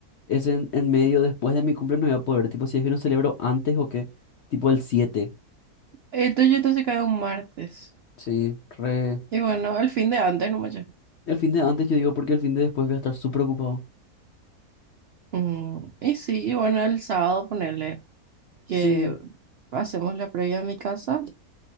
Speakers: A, on the left; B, on the right.
A: es en, en medio, después de mi cumple no voy a poder, tipo si es que no celebro antes o qué, tipo el 7
B: El tuyo entonces cae un martes.
A: sí, re...
B: Y bueno, el fin de antes, no mucho.
A: El fin de antes yo digo porque el fin de después voy a estar súper ocupado.
B: Mm, Y sí, y bueno, el sábado ponerle que
A: Sí,
B: hacemos la previa a mi casa